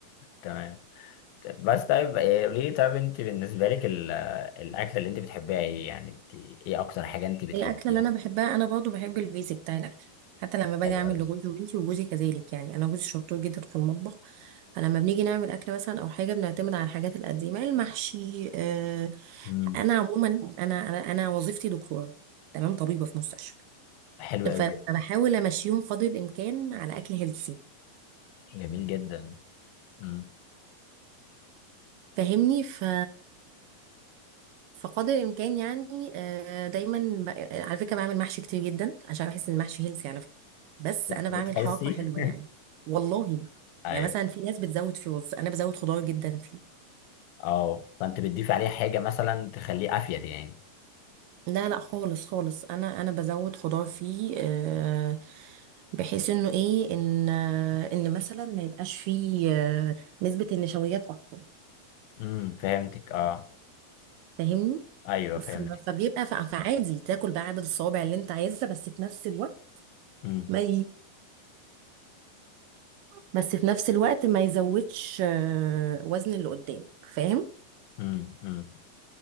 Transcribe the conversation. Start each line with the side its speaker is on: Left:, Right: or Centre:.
Left: تمام طب بس طيب إيه، قولي لي طيب انت بالنسبة لك ال- الاكلة اللي انت بتحبيها ايه يعني انت ايه اكتر حاجة انت بتحبيها
Right: الأكلة اللي أنا بحبها أنا برضه بحب البيزك بتاع الأكل حتى لما باجي
Left: حلو
Right: أعمل
Left: قوي
Right: لجوزي وبنتي وجوزي كذلك يعني أنا جوزي شطور جدا في المطبخ فلما بنيجي نعمل أكل مثلا أو حاجة بنعتمد على الحاجات القديمة المحشي آه
Left: امم
Right: أنا عموما أنا أنا أنا وظيفتي دكتورة تمام طبيبة في مستشفى
Left: حلو قوي
Right: فبحاول أمشيهم قدر الإمكان على أكل هيلثي
Left: جميل جدا امم
Right: فاهمني ف فقدر الامكان يعني آه، دايما ب... على فكره بعمل محشي كتير جدا عشان بحس ان المحشي هيلثي على فكره بس انا
Left: بتحسي
Right: بعمل حركه حلوه يعني والله
Left: <laughs> ايوه
Right: يعني مثلا في ناس بتزود في رز انا بزود خضار جدا فيه
Left: اه فانت بتضيف عليه حاجة مثلا تخليه افيد يعني
Right: لا لا خالص خالص انا انا بزود خضار فيه آه، بحيث انه ايه ان آه، ان مثلا ما يبقاش فيه آه، نسبه النشويات اكتر
Left: امم فهمتك اه
Right: فاهمني
Left: ايوه فهمتك
Right: ف- فبيبقى ف- فعادي تاكل بعدد الصوابع اللي انت عايزها بس في نفس الوقت
Left: امم
Right: ما ي... بس في نفس الوقت ما يزودش آه، وزن اللي قدامك فاهم
Left: امم امم